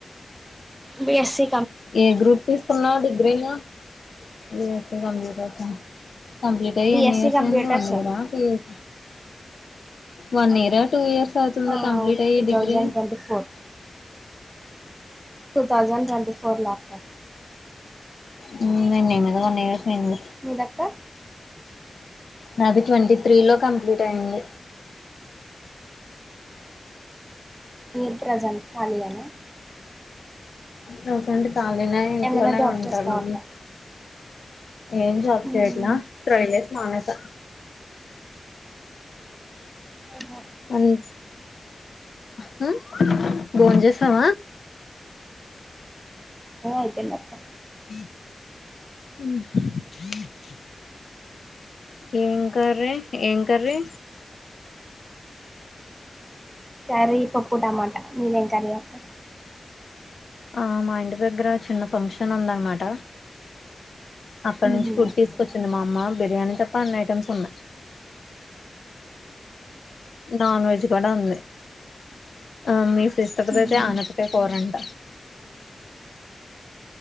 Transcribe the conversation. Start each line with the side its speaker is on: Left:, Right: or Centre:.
Right: బి ఎస్ సి
Left: ఏ గ్రూప్ తీసుకున్నావ్ డిగ్ గ్రీ లో బి ఎస్ సి కంప్యూటర్సా కంప్లీట్ అయి
Right: బిఎస్సి
Left: ఎన్ని ఇయర్స్
Right: కంప్యూటర్స్
Left: అయింది వన్ ఇయర్ ఆ టూ ఇయర్ వన్ ఇయర్ ఆ టూ ఇయర్స్ అవుతుందా
Right: ఆ
Left: కంప్లీట్ అయ్యి
Right: two
Left: degree
Right: thousand twenty four two thousand ట్వ ఫోర్ లా అక్క
Left: హు నిన్ <inaudible>
Right: మీదక్క
Left: నాది ట్వంటీ త్రీ లో కంప్లీట్ అయింది
Right: మీరు ప్రజెంట్ కలియేన
Left: రీసెంట్ కాలినే ఇంట్లోనే
Right: ఏమైనా జాబ్
Left: ఉంటాను
Right: చేస్తావా అక్క
Left: ఏం జాబ్
Right: హ్మ్
Left: చేయట్లా ట్రై చేసి మానేశా
Right: ఓహో ఆ
Left: అన్ హు బోంజెసావ
Right: అయిపోయింది అక్క
Left: మ్ ఏం కర్రీ ఏం కర్రీ
Right: కర్రీ పప్పు టమాటా మీదేం కర్రీ అక్క
Left: ఆ మా ఇంటి దగ్గర చిన్న ఫంక్షన్ ఉందన్నమాట అక్కడ
Right: ఉహు
Left: నుంచి ఫుడ్
Right: అక్కడికి
Left: తీసుకొచ్చింది
Right: వెళ్ళారా
Left: మా అమ్మా బిర్యానీ తప్ప అన్ని ఐటమ్స్ ఉన్నాయి నాన్ వెజ్ కూడా ఉంది ఆ మీ సిస్టర్
Right: హ్మ్
Left: ది అయితే ఆనపకయా కూరంట